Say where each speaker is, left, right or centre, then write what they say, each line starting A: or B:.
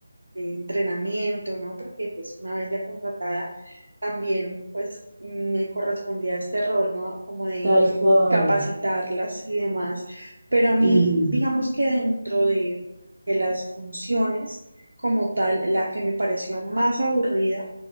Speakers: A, on the right (about 70°); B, on the right (about 40°).
A: de entrenamiento, ¿no? Porque pues una vez ya contratada, también pues me correspondía este rol, ¿no? Como de
B: Tal cual.
A: capacitarlas y demás. Pero a mí,
B: Ujú,
A: digamos que dentro de, de las funciones como tal, la que me pareció más aburrida